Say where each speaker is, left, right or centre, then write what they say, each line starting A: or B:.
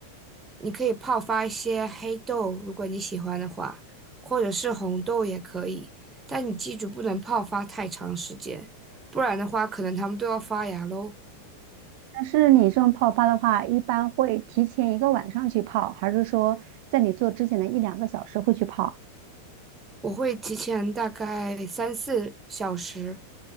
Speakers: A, on the right (about 15°); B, on the right (about 45°).
A: 你可以泡发一些黑豆，如果你喜欢的话，或者是红豆也可以。但你记住，不能泡发太长时间，不然的话，可能它们都要发芽喽。
B: 但是你这种泡发的话，一般会提前一个晚上去泡，还是说在你做之前的一两个小时会去泡？
A: 我会提前大概三四小时，